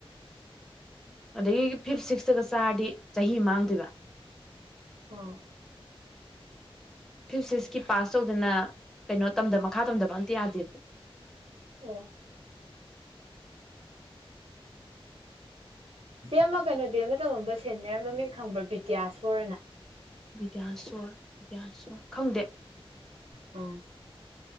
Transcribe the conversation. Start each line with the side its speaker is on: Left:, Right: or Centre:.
Centre: ꯑꯗꯒꯤ ꯐꯤꯞ ꯁꯤꯛꯁꯇꯒ ꯆꯥꯔꯗꯤ ꯆꯍꯤ ꯃꯥꯡꯗꯣꯏꯕ꯫
Right: ꯑꯣ_ _
Centre: ꯐꯤꯐ ꯁꯤꯛꯁꯀꯤ ꯄꯥꯁ ꯇꯧꯗꯅ ꯀꯩꯅꯣ ꯇꯝꯗꯕ ꯃꯈꯥ ꯇꯝꯗꯕ ꯑꯝꯇ ꯌꯥꯗꯦꯕ꯫
Right: ꯑꯣ ꯆꯦ ꯑꯃ ꯀꯩꯅꯣ ꯗ ꯑꯃ ꯗ ꯇꯃꯝꯕ ꯁꯦꯟꯅꯤꯌꯔ ꯃꯃꯤꯡ ꯈꯪꯕ꯭ꯔꯥ ꯕꯤꯗ꯭ꯌꯥꯁꯣꯔꯅ
Centre: ꯕꯤꯗ꯭ꯌꯥꯁꯣꯔ ꯕꯤꯗ꯭ꯌꯥꯁꯣꯔ ꯈꯪꯗꯦ
Right: ꯑ